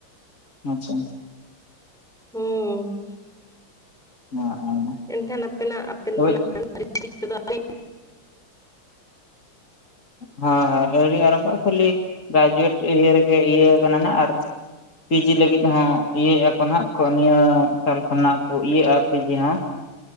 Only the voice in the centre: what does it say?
ᱦᱩᱸᱻ
ᱮᱱᱠᱷᱟᱱ ᱟᱯᱮᱱᱟᱜ ᱟᱯᱮᱱ <unintelligible>
ᱛᱮᱫᱚ <unintelligible>